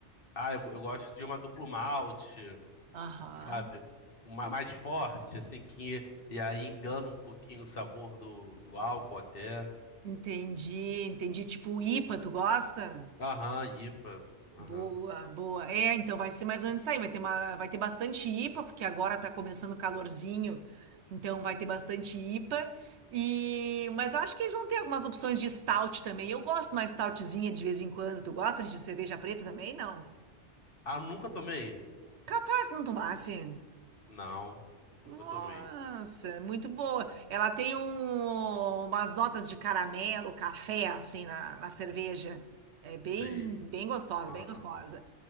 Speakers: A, on the left (about 50°); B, on the right (about 70°).
A: Ah, eu, eu gosto de uma duplo malte,
B: Aham.
A: sabe? Uma mais forte, assim, que. E aí engana um pouquinho o sabor do, do álcool até.
B: Entendi, entendi. Tipo IPA, tu gosta?
A: Aham, IPA.
B: Boa,
A: Aham.
B: boa. É, então vai ser mais ou menos isso aí. Vai ter uma, vai ter bastante IPA, porque agora tá começando o calorzinho, então vai ter bastante IPA. E, mas acho que eles vão ter algumas opções de stout também. Eu gosto de uma stoutzinha de vez em quando. Tu gosta de cerveja preta também? Não.
A: Ah, nunca tomei?
B: Capaz se não tomasse.
A: Não,
B: Nossa,
A: nunca tomei.
B: muito boa. Ela tem um- umas notas de caramelo, café, assim, na, na cerveja. É bem,
A: Sei.
B: bem gostosa,
A: Aham.
B: bem gostosa.